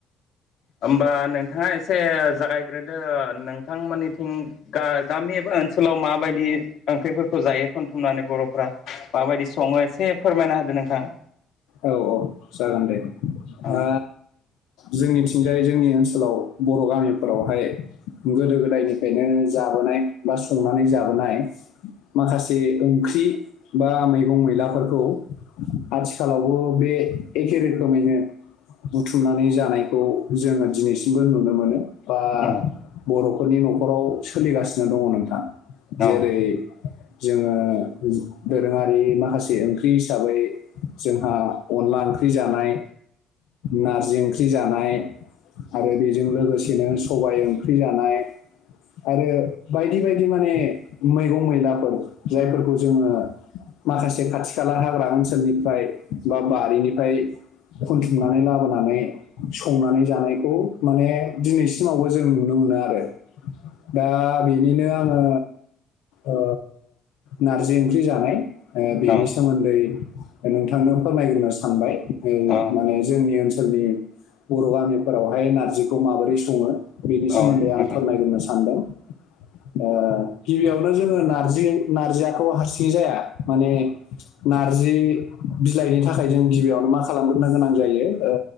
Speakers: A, on the left (about 60°); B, on the left (about 85°).
A: होमबा नोंथाङा एसे जागायग्रोदो नोंथांमोननिथिं गा-गामि एबा ओनसोल आव माबायदि ओंख्रिफोरखौ जायो खनथुमनानै बर'फोरा माबायदि सङो एसे फोरमायना होदो नोंथाङा।
B: औ औ जागोन दे
A: औ
B: ओ जोंनिथिंजाय जों नि ओनसोलाव बर' गामिफोरावहाय गोदो-गोदायनि फ्रायनो जाबोनाय बा संनानै जाबोनाय माखासे ओंख्रि बा मैगं-मैलाफोरखौ आथिखालावबो बे एखे रो खोमैनो बुथुमनानै जानायखौ जोङो दिनैसिमबो नुनो मोनो। बा
A: औ
B: बर'फोरनि न'खराव सोलिगासिनो दङ' नोंथां।
A: औ
B: जेरै - जोङो दोरोङारि माखासे ओंख्रि हिसाबै जोंहा अनला ओंख्रि जानाय, नारजि ओंख्रि जानाय आरो बेजों लोगोसेनो सबाय ओंख्रि जानाय आरो बायदि बायदि माने मैगं-मैलाफोर जायफोरखौ जोङो माखासे खाथि खाला हाग्रा ओनसोलनिफ्राय बा बारिनिफ्राय खुन्थुमनानै लाबोनानै संनानै जानायखौ माने दिनैसिमावबो जों नुनो मो नो आरो दा बेनिनो आङो ओ नारजि ओंख्रि जानाय ओ बेनि
A: औ
B: सोमोन्दै नों थांनो फोरमायग्रोनो सानबाय
A: औ
B: माने जोंनि ओनसोल नि बर' गामिफोरावहाय नारजिखौ माबोरै स ङो बेनि
A: औ
B: सोमोन्दै
A: नोंथां
B: आं फोरमायग्रोनो सानदों ओ गिबियावनो जोङो नारजि नारजियाखौ हारसिङै जाया माने नारजि बिलाइनि थाखाय जों गिबियावनो मा खालामग्रोनो गोनां जायो ओ